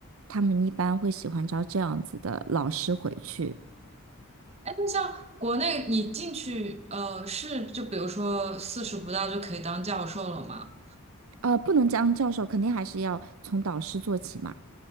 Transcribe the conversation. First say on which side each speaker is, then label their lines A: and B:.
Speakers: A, on the right; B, on the right.
A: 他们一般会喜欢招这样子的老师回去。
B: 哎，那像国内你进去呃是就比如说四十不到就可以当教授了吗？
A: 呃，不能当教授，肯定还是要从导师做起嘛。